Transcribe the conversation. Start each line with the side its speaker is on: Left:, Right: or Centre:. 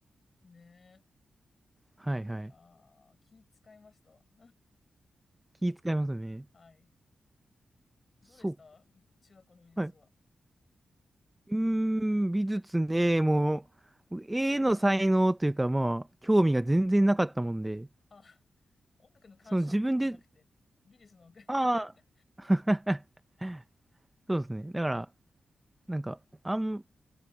Left: ね
Right: はいはい。
Left: え。いやー、気使いましたわ。
Right: 気使いますね。
Left: <laughs> はい。どうでした中学校の美術は。
Right: そう。はい。うーん、美術ね、もう、絵の才能というか、まあ、興味が全然なかったもんで、
Left: あ、音楽の鑑賞も興味なくて。
Right: その自分で、
Left: 美術の。<laughs>
Right: ああ、<laughs> そうですね。だから、なんか、あん、